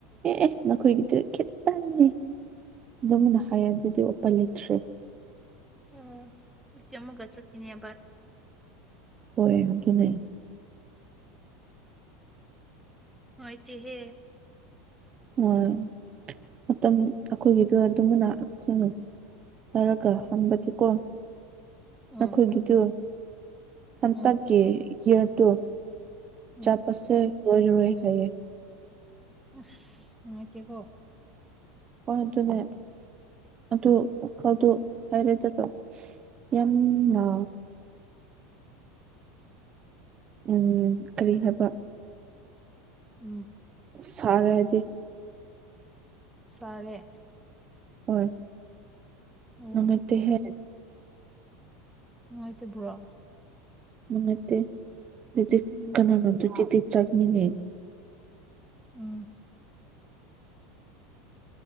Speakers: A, on the right; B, in the centre.
A: ꯑꯦ ꯅꯈꯣꯏꯒꯤꯗꯤ꯫ ꯈꯤꯇꯅꯤ ꯅꯪꯅ ꯍꯥꯏꯗꯨꯗꯤ ꯎꯄꯤꯢ ꯂꯩꯇ꯭ꯔꯦ꯫
B: ꯑꯣ ꯆꯃꯒꯁꯛꯇꯅꯤꯕꯕꯥ <unintelligible>
A: ꯍꯣꯏ ꯑꯗꯨꯅꯦ꯫
B: ꯅꯨꯡꯉꯥꯢꯇꯦꯍꯦ꯫
A: ꯍꯣꯏ ꯃꯇꯝ ꯑꯩꯈꯣꯏꯒꯤꯗꯨ ꯑꯗꯨꯝꯕꯅ ꯑꯩꯈꯣꯢꯅ꯫ ꯇꯥꯔꯒ ꯍꯟꯕꯗꯤꯀꯣ
B: ꯎꯝ
A: ꯅꯈꯣꯏꯒꯤꯗꯨ ꯍꯟꯇꯛ꯫
B: ꯎꯝ
A: ꯀ ꯏꯔ ꯇꯣ
B: ꯎꯝ
A: ꯆꯥꯄꯁꯦ ꯑꯣꯢꯔꯔꯣꯢ ꯍꯥꯏꯌꯦ꯫
B: ꯑꯁ ꯅꯨꯡꯉꯥꯏꯇꯦꯀꯣ꯫
A: ꯍꯣ ꯑꯗꯨꯅꯦ꯫ ꯑꯗꯨ ꯋꯥꯈꯜꯗꯣ ꯍꯥꯏꯔꯦꯗꯒ ꯌꯥꯝꯅ꯫ ꯎꯝ ꯀꯔꯤ ꯍꯥꯏꯕ?
B: ꯎꯝ꯫
A: ꯁꯥꯔꯦꯗꯤ꯫
B: ꯁꯤꯔꯦ꯫
A: ꯍꯣꯏ
B: ꯑꯣ
A: ꯅꯨꯡꯉꯥꯢꯇꯦꯍꯦ꯫
B: ꯅꯨꯡꯉꯥꯢꯇꯕ꯭ꯔꯣ?
A: ꯅꯨꯡꯉꯥꯏꯇꯦ ꯑꯗꯨꯗꯤ
B: ꯎꯝ
A: ꯀꯅꯥ ꯉꯝꯗ꯭ꯔꯒꯗꯤ ꯆꯥꯛꯃꯤꯟꯅꯩ?
B: ꯎꯝ꯫